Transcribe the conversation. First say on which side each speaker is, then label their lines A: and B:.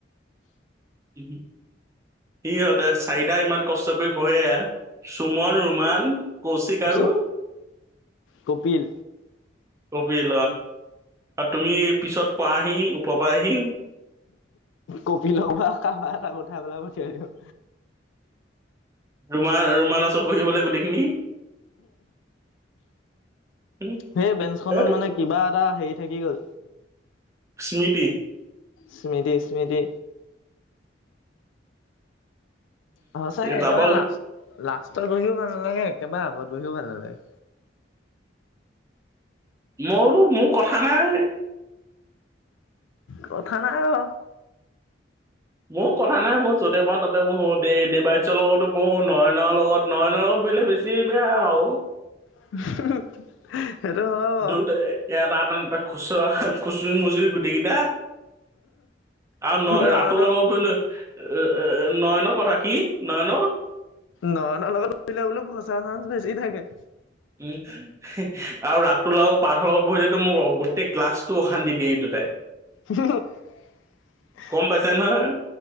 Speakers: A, on the right (about 15°); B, on the left (about 85°).
A: <inaudible> সিহঁতে চাৰিটা ইমান কষ্ট কৰি বহে। সুমন, ৰুমান, কৌশিক আৰু
B: চুপ কপিল।
A: কপিল অ। আৰু তুমি পিছত পাৱাহি ওপৰ পৰা আহি
B: কপিলক বা কাৰবাক এটা উঠাই পেলাই পঠিয়াই দিওঁ।
A: ৰুম-ৰুমানা ওচৰত বহিবলৈ গোটেইখিনি উম,
B: সেই বেঞ্চখনত
A: এইটো
B: মানে কিবা এটা হেৰি থাকি গ'ল।
A: স্মৃতি।
B: স্মৃতি-স্মৃতি সঁচাকৈ একেবাৰে
A: যাব
B: লাষ্ট-লাষ্টত বহিও ভাল নালাগে, একেবাৰে আগত বহিও ভাল নালাগে।
A: মোৰোটো মোৰ কথা নাই
B: কথা নাই অ।
A: মোৰ কথা নাই মই য'তে পাওঁ ত বহো দে-দেবাইচৰ লগতো বহো, নয়নৰ লগত নয়নৰ লগত বহিলে বেছি বেয়া আৰু।
B: <unintelligible> বাও
A: দুটা ইয়াত খুচুৰা, খুচৰি-মুচৰি গোটেই কেইটা আৰু ন
B: নয়ন
A: ৰাতুলৰ লগত পৰিলে', এ', -এ', -এ', নয়নৰ কথা কি, নয়নৰ?
B: নয়নৰ লগত বহিলে বোলোঁ ফচাৰ চান্স বেছি থাকে',
A: কি? হি', আৰু ৰাতুল আৰু পাৰ্থৰ লগত বহিলেতো মোক অবস্থ', গোটেই ক্লাছতো অশান্তি দিয়ে এই দুটাই',
B: হুমহুম', হি',
A: গম পাইছা
B: -হি',
A: নহয়